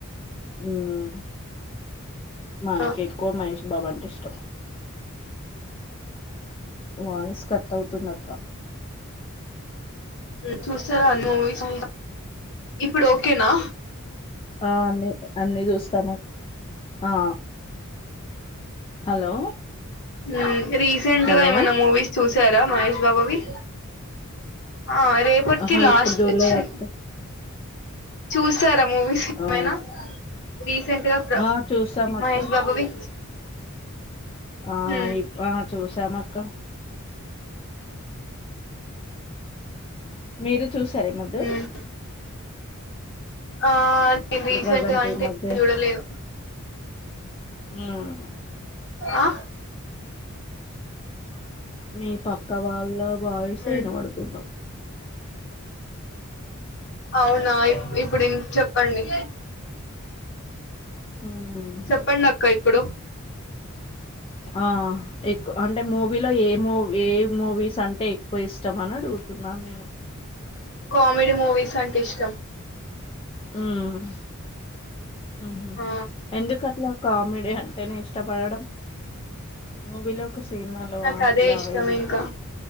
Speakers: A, on the left; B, on the left.
A: మ్మ్ మనకి
B: ఆ,
A: ఎక్కువ మహేష్ బాబంటే ష్టం వాయిస్కట్ టవుతుంద క్క
B: హు చూస్తారా మూవీస్ ఇప్పుడో కేనా
A: ఆ ని అన్నీ చూస్తాము ఆ హలో
B: హు రీసెంట్గా
A: హలో
B: ఏమైనా మూవీస్ చూసా సార మహష్ బాబువి ఆ రేపటికి
A: ఆహా!
B: లాస్ట్
A: ఇప్పుడు జూడలేదక్క.
B: వచ్చి చూస్తార్ మూవీస్ ఏమైనా
A: ఆ!
B: రీసెంట్ గా ప్ర
A: ఆ! చూసామక్క.
B: మహేష్ బాబువి
A: ఆ
B: హ్మ్
A: ఇ ఆ చూసామక్క మీరు. చూసార ఇ మద్దు.
B: హ్మ్ ఆ నేన్ రీసెంట్గ
A: ప్రెజెంట్
B: అంటె
A: ఈ మధ్య
B: చూడలేదు.
A: హ్మ్.
B: అ.
A: మి పక్క వాళ్ళ వాయ్సె
B: హ్మ్
A: ఇనబడుతుంది.
B: ఔనా ఇప్ ఇప్పుడిన్ చెప్పండి.
A: హ్మ్.
B: చెప్పండక్క ఇప్పుడు.
A: ఆ ఎక్కు అన్ టె మూవీలొ ఏ మూవ్ ఏమ్ మూవీసంటె ఎక్కువ ఇష్టమనడుగుతున్నాన్ నేను.
B: కామెడి మూవీసంటె ఇష్టం.
A: ఉమ్. ఉహు
B: ఆ
A: ఎందుకు అట్ల కామె దె హట్టైన ఇష్టపడడం. మూవీలొ ఒక సీమాలో
B: నాకు అదే
A: అల్ల
B: ఇష్టం
A: ఎమ్
B: ఇంకా